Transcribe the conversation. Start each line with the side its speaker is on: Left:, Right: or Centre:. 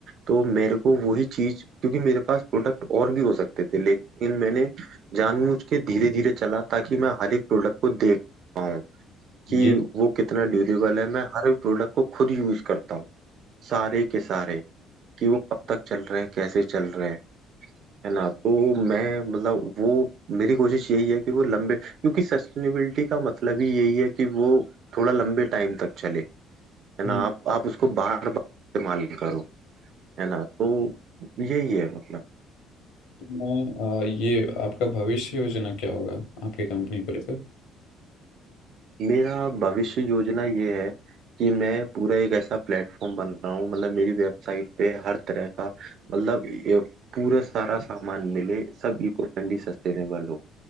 Right: तो मेरे को वही चीज क्योंकि मेरे पास प्रोडक्ट और भी हो सकते थे लेकिन मैंने जानबूझ के धीरे धीरे चला ताकि मैं हर एक प्रोडक्ट को देख पाऊँ कि
Left: ये
Right: वो कितना ड्यूरेबल है मैं हर प्रोडक्ट को खुद यूज करता हूँ सारे के सारे कि वो कब तक चल रहे हैं कैसे चल रहे हैं है ना तो मैं मतलब वो मेरी कोशिश यही है कि वो लंबे क्योंकि सस्टेनेबिलिटी का मतलब ही यही है कि वो थोड़ा लंबे टाइम तक चले है
Left: हम्म,
Right: ना आप आप उसको बार बार इस्तेमाल करो है ना तो यही है मतलब
Left: तो मैं अ, ये आपका भविष्य योजना क्या होगा आपकी कंपनी को लेकर
Right: मेरा भविष्य योजना ये है कि मैं पूरा एक ऐसा प्लेटफॉर्म बनाऊं मतलब मेरी वेबसाइट पे हर तरह का मतलब ये पूरा सारा सामान मिले सब इको फ्रेंडली सस्टेनेबल हो